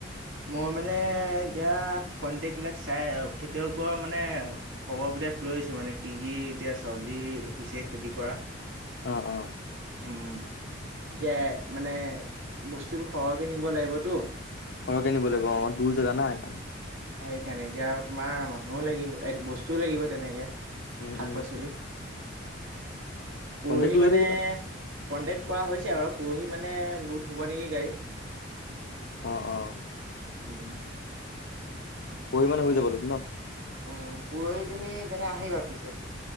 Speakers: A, on the right; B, on the left.
A: মই মানে এতিয়া কন্টেক্ট বিলাক চাই খেতিয়কৰ মানে খবৰ বিলাক লৈছো মানে কি কি এতিয়া চব্জি হৈছে খেতি কৰা
B: অ অ
A: উম এতিয়া মানে বস্তুটো সৰহকে নিব লাগিবতো
B: সৰহকে নিব লাগিব অকমাৰ দূৰ জেগা না সেইকাৰণে
A: সেইকাৰণে এতিয়া তোমাৰ মানুহো লাগিব এই বস্ লাগিব তেনেকে শাক
B: উম, উম,
A: পাচলি পুৰহি
B: কণ্টেক্টটো
A: মানে
B: লৈ থাকিবা
A: কণ্টেক্ট কৰা হৈছে আৰু পৰহি মানে লোট হ'ব নেকি গাড়ী
B: অ অ
A: উম
B: পৰহি মানে হৈ যাব লোট ন
A: অ' পৰহি তুমি তেনে আহিবা পিছে